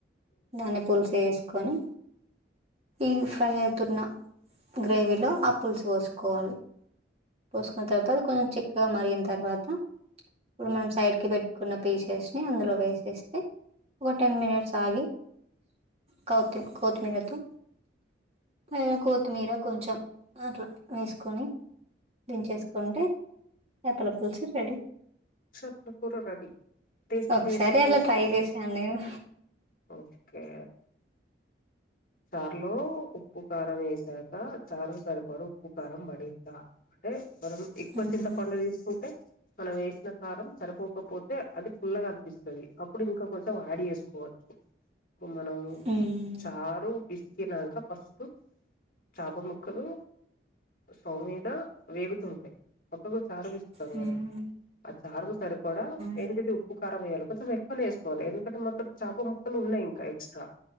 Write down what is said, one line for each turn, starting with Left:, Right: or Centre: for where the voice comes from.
Left: మ్
Right: అన్ని పులుసు ఎసుకొని ఈ ఫ్రై ట్టున్న గ్రేవీ లో ఆ పులుసు పోసుకోవాలి పోసుకున్న తర్వాత కొంచెం చి క్కగ మరిగిన తర్వాత ఇప్పుడు మనం సైడ్కి పెట్ పటుకొన్న పీసెస్ ని అందులో వేసేస్తే ఒక టెన్ మినిట్స్ ఆగి కోతి కోతిమీరతో పైన కోతిమీర కొంచెం అట్లా వేసుకొని దంచేసుకుంటే చాపల పులుసు రెడీ
Left: చాపల కూర రెడిీ టేస్ట్
Right: ఒకసారి
Left: చేసి చూసి
Right: అలా ట్రై
Left: చెప్పలి
Right: చేశాను నేను.
Left: ఓకే చారులో ఉప్పు కారం వేసాక చారు కు సరిపడ ఉప్పు కారం పడిందా అంటే మనం ఎక్కువ
Right: హ్మ్.
Left: చింత పండు తీసుకుంటే మనం వేసిన కారం సరిపోకపోతే అది ఫుల్ల గా అనిపిస్తది అప్పుడు ఇంకా కొంచెం యాడ్ చేసుకోవచ్చు మనం
Right: హ్మ్.
Left: చార్ చారు పిసికినాక ఫస్ట్ చాప ముక్కలు స్టౌవ్ మీద వేగుతుంటాయి పక్కగా చారు పిసుకుతాం
Right: హ్మ్.
Left: కదా ఆ చారుకు సరి పడా
Right: ఆ!
Left: ఏంటిది ఉప్పుకారం వేయ్యాలి కొంచెం ఎక్కువనే వేసుకోవాలి ఎందుకంటే మొత్తం చాప ముక్కలు ఉన్నాయి ఇంకా ఎక్స్ట్రా